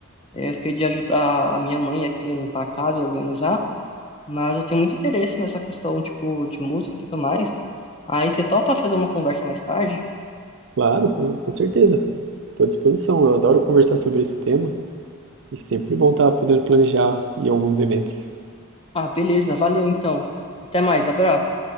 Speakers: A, on the left; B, on the right.
A: é, eu fiquei de ajudar a minha mãe aqui a limpar a casa, a organizar. Mas eu tenho muito interesse nessa questão, tipo, de música e tudo mais. Aí você topa fazer uma conversa mais tarde?
B: Claro, com, com certeza. Estou à disposição. Eu adoro conversar sobre esse tema e sempre bom estar podendo planejar e alguns eventos.
A: Ah, beleza, valeu então. Até mais, abraço.